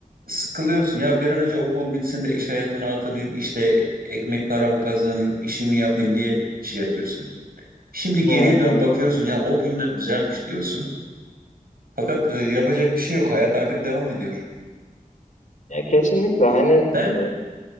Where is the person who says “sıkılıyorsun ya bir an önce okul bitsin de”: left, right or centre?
Right